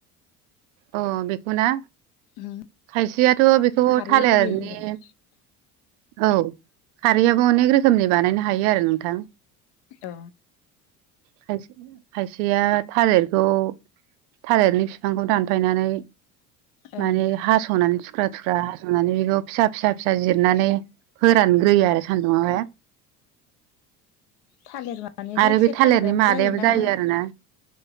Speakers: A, on the right; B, on the left.
A: अ बेखौना
B: उम
A: खायसेयाथ' बेखौ
B: खारै
A: थालिरनि
B: होयो होनदों
A: औ खारैयाबो अनेक रोखोमनि बानायनो हायो आरो नोंथां
B: औ
A: खायसे-खायसेया थालिरखौ थालिरनि बिफांखौ दानफायनानै
B: ओं
A: माने हास'नानै थुख्रा थुख्रा हास'नानै बेखौ फिसा फिसा फिसा जिरनानै फोरानग्रोयो आरो सान्दुंङावहाय
B: थालिर माने
A: आरो
B: जायखिाया
A: बे थालिरनि
B: थालिरानो
A: मादायाबो
B: जायोना?
A: जायो आरोना